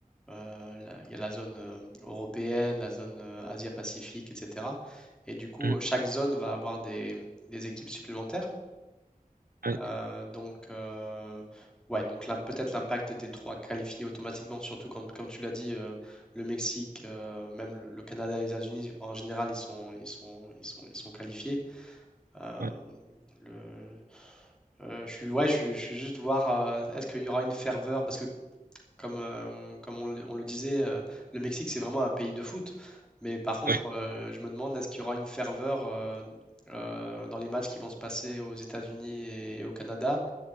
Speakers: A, in the centre; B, on the right (about 85°).
A: euh, la- il y a la zone euh, européenne, la zone euh, Asia-Pacifique, etc. Et du coup,
B: Mm,
A: euh, chaque zone va avoir des, des équipes supplémentaires.
B: ouais,
A: Euh, donc, euh, ouais, donc là, peut-être l'impact des trois qualifiés automatiquement, surtout quand, comme tu l'as dit, euh, le Mexique, euh, même le le Canada et les États-Unis, en général, ils sont, ils sont, ils sont, ils sont qualifiés. Euh,
B: ouais,
A: le- euh, je suis, ouais, je suis, je suis juste voir, euh, est-ce qu'il y aura une ferveur, parce que comme, euh, comme on, le on le disait, euh, le Mexique, c'est vraiment un pays de foot. Mais par contre,
B: ouais,
A: euh, je me demande, est-ce qu'il y aura une ferveur euh, euh, dans les matchs qui vont se passer aux États-Unis et au Canada?